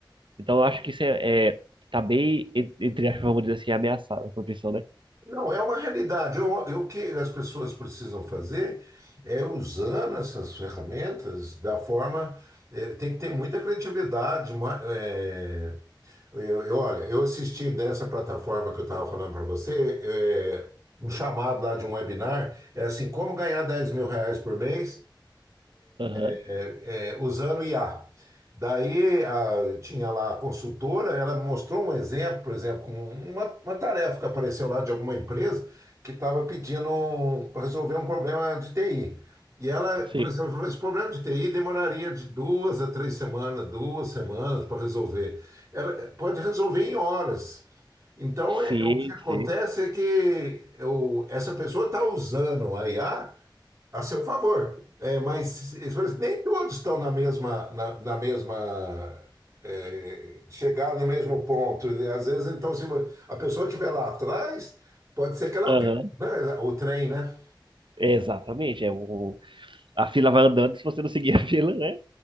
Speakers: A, on the right (about 80°); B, on the right (about 30°).
A: Então eu acho que isso é, é tá bem, en- entre aspas, vamos dizer assim, ameaçada a profissão, né?
B: Não, é uma realidade. Eu, eu- o que as pessoas precisam fazer é usando essas ferramentas da forma. eh, tem que ter muita criatividade. ma- eh, eu, eu- olha, eu assisti dessa plataforma que eu estava falando para você, eh, um chamado lá de um webinar, é assim, como ganhar dez mil reais por mês
A: Aham,
B: é, é, usando IA. Daí a- tinha lá a consultora, ela mostrou um exemplo, por exemplo, como uma, uma tarefa que apareceu lá de alguma empresa que estava pedindo para resolver um problema de TI. E ela,
A: Sim,
B: por exemplo, falou: esse problema de TI demoraria de duas a três semanas, duas semanas para resolver. Ela pode resolver em horas. Então, é-
A: sim,
B: o que acontece
A: sim.
B: é que eu- essa pessoa está usando a IA a seu favor. É, mas eles falam assim, nem todos estão na mesma, na, na mesma é, chegaram no mesmo ponto. né? Às vezes, então, se a pessoa estiver lá atrás, pode ser que ela
A: Aham,
B: perca, né, o trem, né?
A: É, Exatamente. É, o, a fila vai andando se você não seguir a <laughs> fila, né?